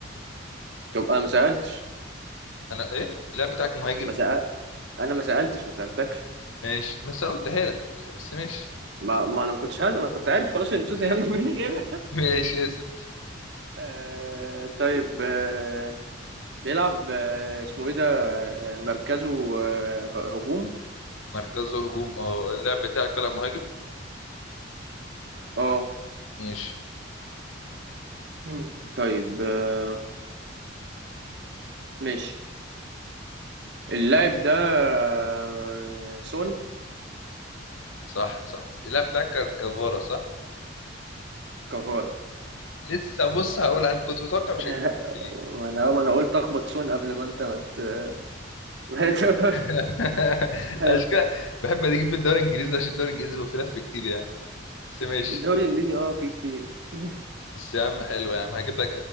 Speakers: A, on the right; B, on the left.
A: طب انا ما سالتش
B: انا ايه اللاعب بتاعك مهاجم
A: ما سأل... انا ما سالتش ما سالتكش
B: ماشي بس انا قلتها لك بس ماشي
A: ما, ما انا ما كنتش هز... انا كنت عارف خلاص ان توتنهام <laughs> ما فيش غيرها
B: <laughs> ماشي اسف
A: آه... طيب آه... بيلعب آه... اسمه ايه ده آه... مركزه آه... هجوم
B: مركزه هجوم اه اللاعب بتاعك بيلعب مهاجم
A: اه
B: ماشي
A: مم. طيب آه، ماشي اللاعب ده آه، سون
B: صح صح اللاعب بتاعك كفارة صح
A: كفار
B: لسه بص هقول انا كنت متوقع مش
A: <laughs>
B: هتجيب ديمبلي
A: ما انا ما انا قلت اخبط سون قبل ما انت ما مت... <laughs> ما تقول
B: <laughs>
A: حلو
B: اشكال بحب اجيب من الدوري الانجليزي عشان الدوري الانجليزي بيبقى فيه لف كتير يعني بس ماشي
A: الدوري الانجليزي اه فيه كتير <laughs>
B: بس يا عم حلو يا عم هجيب لك